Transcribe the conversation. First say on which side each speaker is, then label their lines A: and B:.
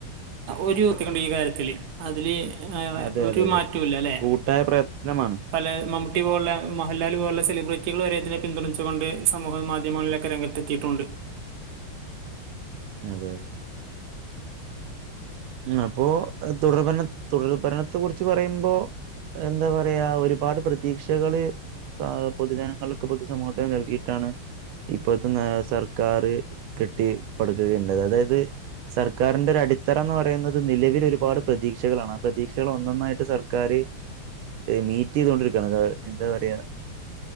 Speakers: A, on the right; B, on the right.
A: ഒരു വത്തിക്കണ്ട് ഈ കാര്യത്തില് അതില് ആ
B: അതെ
A: ഒരു
B: അതെ അതെ
A: മാറ്റവുമില്ല അല്ലേ
B: കൂട്ടായ പ്രയത്നമാണ്
A: പല മമ്മൂ ട്ടി പോലുള്ള മോഹൻലാൽ പോലുള്ള സെലിബ്രിറ്റികൾ വരെ ഇതിനെ പിന്തുണച്ചുകൊണ്ട് സമൂഹ മാധ്യമങ്ങളിലൊക്കെ രംഗത്ത് എത്തിയിട്ടുണ്ട്
B: അതെ അതെ അപ്പോ തുടർഭര തുടർഭരണത്തെ കുറിച്ച് പറയുമ്പോ എന്താ പറയാ ഒരുപാട് പ്രതീക്ഷകള് പൊതുജനങ്ങൾക്ക് പൊതു സമൂഹത്തിന് നൽകിയിട്ടാണ് ഇപ്പോഴത്തെ സർക്കാർ കെട്ടി പടുക്കുക ഉണ്ടായത് അതായത് സർക്കാരിന്റെ ഒരു അടിത്ത ട്ടെന്ന് പറയുന്നത് നിലവിൽ ഒരുപാട് പ്രതീക്ഷകളാണ് ആ പ്രതീക്ഷകൾ ഒന്നൊന്നായിട്ട് സർക്കാര് മീറ്റ് ചെയ്തോണ്ടിരിക്കുകയാണ് എന്താ പറയ